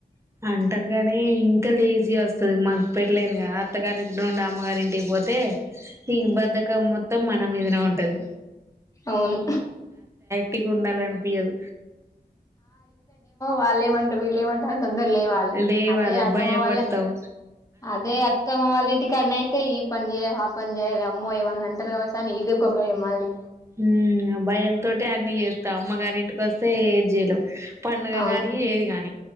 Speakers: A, on the right; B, on the left.
A: అంటారు కానీ ఇంకా లేజీ వస్తది మకు పెల్లిందిగా త్తగార ఇంటి ఉం అమ్గారి ఇంటికి పోతే తే హి బద్దకం మొత్తం మన మీద ఆ ఉంటది
B: అవును
A: టిిగుండాల అనిపీయదు
B: వాల్లే మంట వీల్లేమంట తొందర లేవాలి
A: లేవాలి
B: అదే అత్తమ్మ
A: భయపడతాం
B: వాళ్ళ అదే అత్తమ్మ వాళ్ళ ఇంటికన్నాయితే ఈ ఈ పని చేయాలి ఆ పని చేయాలి అమ్మో ఏమన్నా అంటర్ కావచ్చు అని ఇదొక భయం మళ్ళీ
A: హ్మ్ ఆ భయంతోటే అన్ని చేత్తా అమ్మగారి ఇంటికి వస్తే ఏది చేయలేం పండుగ
B: అవును
A: కాని ఏది గాని